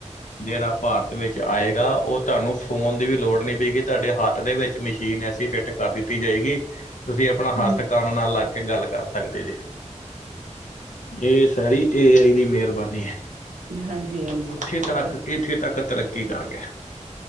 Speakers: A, on the left (about 80°); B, on the right (about 75°).
A: ਜਿਹੜਾ ਭਾਰਤ ਵਿੱਚ ਆਏਗਾ ਉਹ ਤੁਹਾਨੂੰ ਫੋਨ ਦੀ ਵੀ ਲੋੜ ਨ ਪਏਗੀ ਤੁਹਾਡੇ ਹੱਥ ਦੇ ਵਿੱਚ ਮਸ਼ੀਨ ਐਸੀ ਫਿੱਟ ਕਰ ਦਿੱਤੀ ਜਾਏਗੀ ਤੁਸੀਂ ਆਪਣਾ
B: ਹਮ
A: ਹੱਥ ਕੰਨ ਨਾਲ ਲੱਗ ਕੇ ਗੱਲ ਕਰ ਸਕਦੇ ਜੇ ਇਹ ਸਾਰੀ ਏ ਆਈ ਦੀ ਮਿਹਰਬਾਨੀ ਹੈ
B: ਹਾਂਜੀ ਹਾਂਜੀ
A: ਤਰੱਕ
B: ਉਹ ਤਾਂ
A: ਇੱਥੇ ਤੱਕ ਤਰੱਕੀ ਕਰ ਗਿਆ